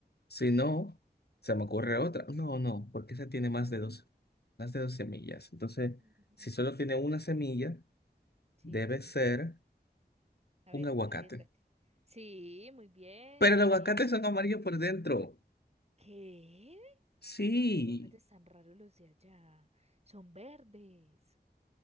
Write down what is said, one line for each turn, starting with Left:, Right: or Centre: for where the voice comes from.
Left: si no, se me ocurre otra. No, no, porque esa tiene más de dos, más de dos semillas. Entonces,
Right: Mm,
Left: si solo tiene una semilla,
Right: Sí,
Left: debe
Right: tiene.
Left: ser
Right: A ver,
Left: un aguacate.
Right: arriesgate. Sí, muy bien.
Left: Pero los aguacates son amarillos por dentro.
Right: ¿Qué?
Left: Sí,
Right: Ay, qué aguacates tan raros los de allá. Son verdes.